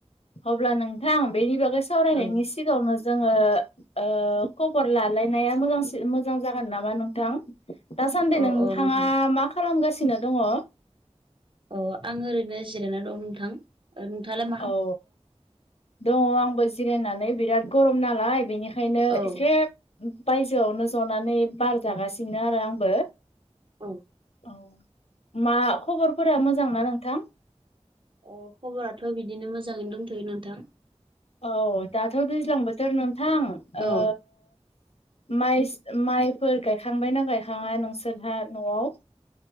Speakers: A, on the left; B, on the right.
A: अब्ला नोंथां बेनि बागै सावरायनायनि
B: औ
A: सिगाङावनो जोङो ओ खबर लालायनाया मोजां मोजां जागोन नामा नोंथां? दासान्दि
B: औ
A: नोंथाङा
B: औ नोंथां
A: मा खालामगासिनो दङ?
B: अ आं ओरैनो जिरायना दं नोंथां। ओ नोंथांआलाय।
A: औ दङ आंबो जिरायनानै बिराद गरम नालाय बेनि खायनो
B: औ
A: एसे बायजोआवनो जनानै बार जागासिनो आरो आंबो
B: औ
A: अ मा खबरफोरा मोजां ना नोंथां?
B: अ खबराथ' बिदिनो मोजाङैनो दंथ'यो नोंथां
A: औ दाथ' दैज्लां बोथोर नोंथां ओ
B: औ
A: माइ माइफोर गायखांबायना गायखाङा नोंसोरहा न'आव